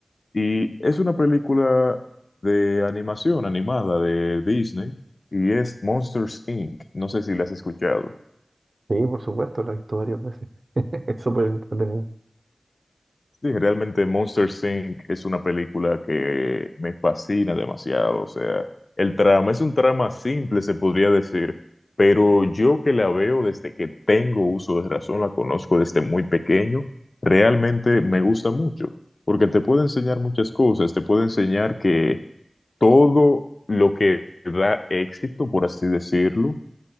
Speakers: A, on the left; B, on the right.
A: Y es una película de animación animada de Disney y es Monsters Inc. No sé si la has escuchado.
B: Sí, por supuesto, la he visto varias veces. <laughs> Es súper entretenido.
A: Sí, realmente Monster Inc. es una película que me fascina demasiado. O sea, el trama es un trama simple, se podría decir, pero yo que la veo desde que tengo uso de razón, la conozco desde muy pequeño, realmente me gusta mucho, porque te puede enseñar muchas cosas, te puede enseñar que todo lo que da éxito, por así decirlo,